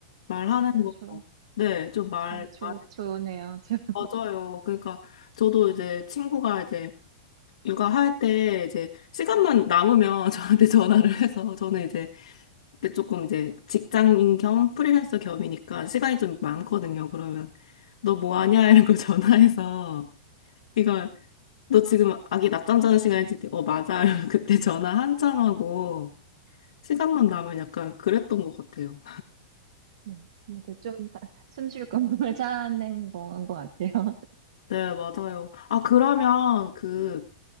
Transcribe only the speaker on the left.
말하는
거.
네, 좀 말,
말에
맞아요.
그러니까 저도 이제 친구가 이제 육아할 때 이제 시간만 남으면 <laughs> 저한테 전화를 해서 저는 이제 근데 조금 이제 직장인 겸 프리랜서 겸이니까 시간이 좀 많거든요. 그러면 너 뭐 하냐? 이런 거 <laughs> 전화해서 이거 너 지금 아기 낮잠 자는 시간이지? 어, 맞아. 이러면 <laughs> 그때 전화 한참 하고 시간만 나면 약간 그랬던 것 같아요.
네, 맞아요. 아, 그러면 그